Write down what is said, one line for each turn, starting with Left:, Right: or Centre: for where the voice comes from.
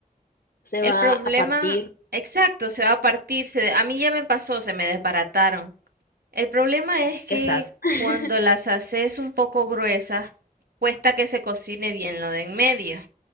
Left: Se
Right: El
Left: va
Right: problema,
Left: a partir,
Right: exacto, se va a partir. se- a mí ya me pasó, se me desbarataron. El problema es que
Left: qué <laughs>
Right: cuando las haces un poco gruesas, cuesta que se cocine bien lo de en medio.